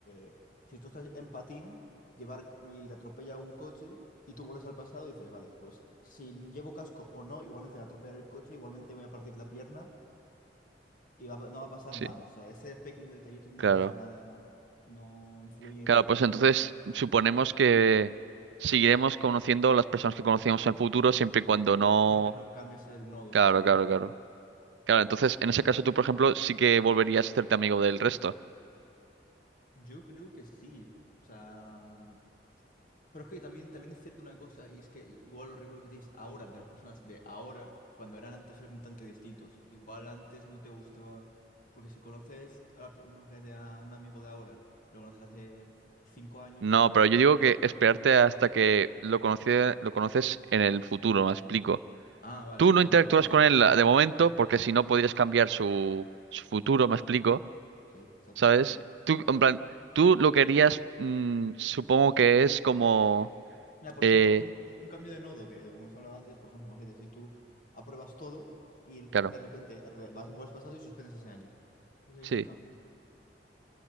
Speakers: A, on the left (about 50°); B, on the right (about 85°).
A: eh, si tú estás en patín, llevar y te atropella un coche y tú vuelves al pasado y dices, vale, pues si llevo casco o no, igualmente me atropellar el coche, igualmente me voy a partir la pierna y va a pa- no va a pasar
B: Sí,
A: nada. O sea, ese pequeño detallito no
B: claro.
A: pasa nada, no influye
B: Claro,
A: en que
B: pues
A: cambie.
B: entonces suponemos que seguiremos conociendo las personas que conocíamos en el futuro siempre y cuando no...
A: Siempre no cambies el nodo,
B: Claro,
A: digamos.
B: claro, claro. Claro, entonces en ese caso tú, por ejemplo, sí que volverías a hacerte amigo del resto.
A: Yo creo que sí. O sea, mm, pero es que también, también es cierto una cosa, y es que igual los recuerdos que tienes ahora de las personas de ahora, cuando eran antes, eran completamente distintos. Igual antes no te gustaba. Porque si conoces a, la pe- imagínate a un amigo de ahora, lo conoces hace cinco años.
B: No, pero
A: igu-
B: yo digo que esperarte hasta que lo conoce- lo conoces en el futuro, me explico.
A: Ah, vale,
B: Tú
A: por
B: no
A: ejemplo,
B: interactúas
A: si lo conoces
B: con
A: en.
B: él de momento
A: Sí,
B: porque
A: vale.
B: si no podrías cambiar su, su futuro, me explico,
A: Sí, exacto,
B: ¿sabes?
A: vale.
B: Tú, en plan, tú lo querías, mm, supongo que es como...
A: Mira, por
B: eh,
A: ejemplo, un, un- un cambio de nodo, que lo que hemos hablado antes, por ejemplo, imagínate, si tú apruebas todo y
B: claro,
A: de repente re- vas, vuelves pasado y suspendes ese año. Eso sería
B: sí.
A: un cambio,